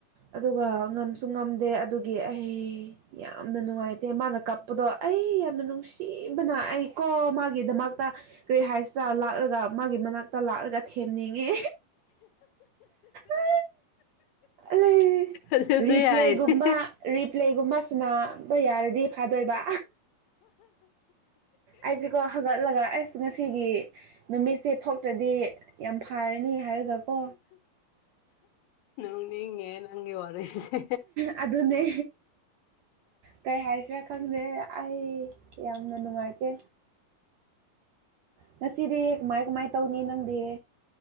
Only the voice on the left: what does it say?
ꯑꯗꯨꯁꯨ
ꯌꯥꯏꯅꯦ
ꯅꯪꯅꯤ ꯃꯟ ꯑꯦ ꯋꯥꯔꯁ